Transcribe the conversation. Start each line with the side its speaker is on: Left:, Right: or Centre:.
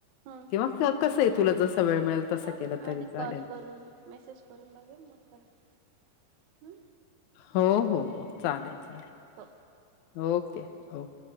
Right: हा.
Left: किंवा कसं आहे तुला जससा वेळ मिळेल. तसा
Right: चालेल
Left: केला तरी
Right: आधी
Left: चालेल.
Right: कॉल करून मेसेज करून बघेल मग त्याला.
Left: हो हो हो चालेल चालेल
Right: हो
Left: ओके ओके.